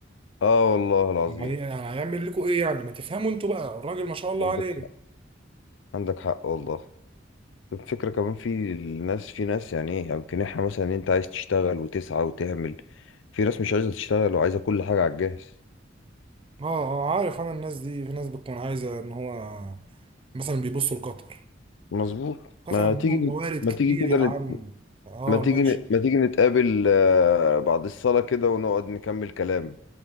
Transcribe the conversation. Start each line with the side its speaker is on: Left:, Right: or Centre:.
Left: اه والله العظيم
Right: ما هي- يعني هيعمل لكم ايه يعني ما تفهموا انتوا بقى الراجل ما شاء الله
Left: عندك
Right: عليه
Left: حق عندك حق والله الفكرة كمان في الناس في ناس يعني ايه يمكن احنا مثلا انت عايز تشتغل وتسعى وتعمل في ناس مش عايزة تشتغل وعايزة كل حاجة على الجاهز
Right: اه اه عارف انا الناس دي في ناس بتكون عايزه ان هو مثلا بيبصوا لقطر
Left: مظبوط
Right: قطر
Left: ما
Right: عندهم
Left: تيجي
Right: موارد
Left: ما
Right: كتير
Left: تيجي
Right: يا
Left: كده نت...
Right: عم اه
Left: ما تيجي
Right: ماشي
Left: نت... ما تيجي نتقابل آه، بعد الصلاة كده ونقعد نكمل كلام